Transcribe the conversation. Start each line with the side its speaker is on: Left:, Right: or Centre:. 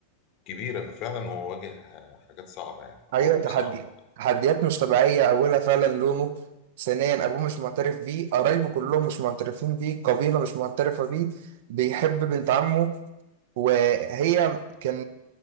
Left: كبيرة ففعلا هو واجه حاجات صعبة يعني مواقف
Right: ايوه تحدي
Left: صعبة
Right: تحديات مش طبيعيه اولها فعلا لونه ثانيا ابوه مش معترف بيه قرايبه كلهم مش معترفين بيه القبيله مش معترفه بيه بيحب بنت عمه وهي كان